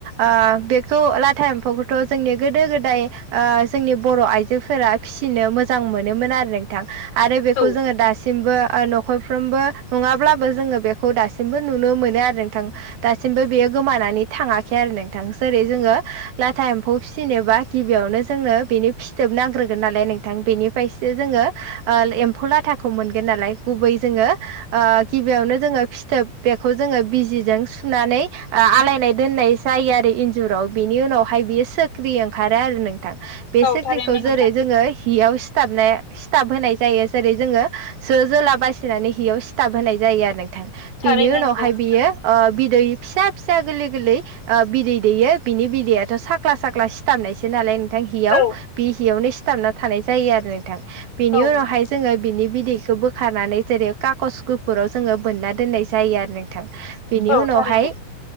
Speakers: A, on the right (about 85°); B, on the left (about 75°).
A: आ बेखौ लाथा एम्फौ थ' जोंनि गोदो गोदाय ओ जोंनि बर' आइजोफोरा फिसिनो मोजां मोनोमोन आरो थां आरो बेखौ
B: औ
A: जोङो दासिमबो ओ न'खरफ्रोमबो नङाब्लाबो जोङो बेखौ दासिमबो नुनो मोनो आरो नोंथां दासिमबो बेयो गोमानानै थाङाखै आरो नोंथां जेरै जोङो लाथा एम्फौ फिसिनोबा गिबियावनो जोंनो बेनि फिथ खिथोब नांग्रोगोन नालाय नोंथां बेनिफ्रायसो जोङो ओ एम्फौ लाथाखौ मोनगोन नालाय गुबै जोङो ओ गिबियावनो जोङो फिथोब बेखौ जोङो बिजिजों सुनानै आ आलायनाय दोननाय जायो आरो इन्जुराव बिनि उनावहाय बियो सोख्रि ओंखारो आरो नोंथां बे
B: औ
A: सिख्रिखौ
B: थारैनो नोंथां
A: जेरै जोङो हियाव सिथाबनाय सिथाब होनाय जायो जेरै जोङो जो जोला बासिनानै हियाव सिथाब होनाय जायो आरो नोंथां
B: थारैनो
A: बेनि उनावहाय
B: नंगौ नोंथां।
A: बियो ओ बिदै फिसा फिसा गोरलै गोरलै ओ बिदै दैयो बिनि बिदैयाथ' साख्ला साख्ला सिथाबनायसो नालाय नोंथां हियाव
B: औ
A: बे हियावनो सिथाबना थानाय जायो आरो नोंथां बेनि
B: औ
A: उनावहाय
B: नोंथां
A: जोङो बिनि बिदैखौ बोखारनानै जेरै काकस गुफुराव जोङो बोनना दोननाय जा जायो आरो नोंथां बेनि
B: औ
A: उनावहाय
B: थारैनो